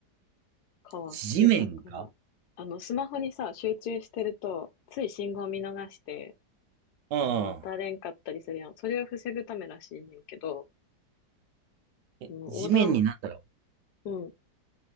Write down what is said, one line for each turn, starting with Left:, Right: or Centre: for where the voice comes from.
Left: 変わって、
Right: 地面が
Left: だから、あの、スマホにさ、集中してると、つい信号見逃して、
Right: うんうん。
Left: あの、渡れんかったりするやん。それを防ぐためらしいねんけど、
Right: え、
Left: あの横断、
Right: 地面になんだろう、
Left: うん、